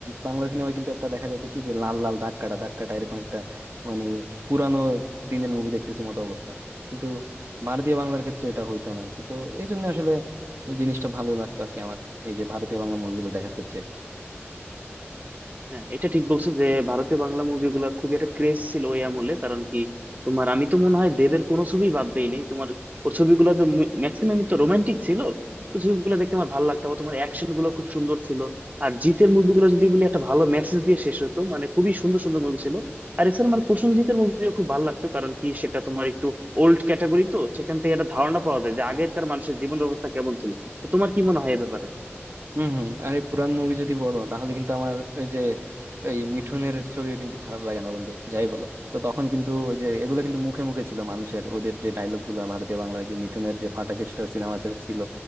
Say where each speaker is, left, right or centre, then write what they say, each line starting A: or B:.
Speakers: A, on the right; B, on the right.
A: বাংলা সিনেমায় কিন্তু একটা দেখা যেত কি যে লাল লাল দাগ কাটা দাগ কাটা এরকম একটা মানে পুরানো দিনের মুভি দেখতেছি মতো অবস্থা কিন্তু ভারতীয় বাংলার ক্ষেত্রে এটা হইতো না আর কি তো এই জন্য আসলে ওই জিনিসটা ভালো লাগতো আর কি আমার এই যে ভারতীয় বাংলা মুভিগুলো দেখার ক্ষেত্রে
B: হ্যাঁ এটা ঠিক বলছো যে ভারতীয় বাংলা মুভিগুলো খুবই একটা ক্রেজ ছিল ওই আমলে কারণ কি তোমার আমি তো মনে হয় দেবের কোনো ছবি বাদ দেইনি তোমার ওর ছবিগুলো তো ম্যাক্সিমামই তো রোমান্টিক ছিল তো ছবিগুলো দেখতে আমার ভালো লাগতো আবার তোমার অ্যাকশন গুলো খুব সুন্দর ছিল আর জিতের মুভিগুলো যদি বলি একটা ভালো মেসেজ দিয়ে শেষ হতো মানে খুবই সুন্দর সুন্দর মুভি ছিল আর এছাড়া মানে প্রসেনজিতের মুভিও খুব ভালো লাগতো কারণ কি সেটা তোমার একটু ওল্ড ক্যাটাগরি তো সেখান থেকে একটা ধারণা পাওয়া যায় যে আগেরকার মানুষের জীবন ব্যবস্থা কেমন ছিল তো তোমার কি মনে হয় এ ব্যাপারে
A: হম হম আরে পুরান মুভি যদি বলো তাহলে কিন্তু আমার ওই যে এই মিঠুনের ছবিও কিন্তু খারাপ লাগে না বন্ধু যাই বলো তো তখন কিন্তু ওই যে এগুলো কিন্তু মুখে মুখে ছিল মানুষের ওদের যে ডায়লগ গুলা ভারতীয় বাংলায় যে মিঠুনের যে ফাটাকেস্ট সিনেমা ছিল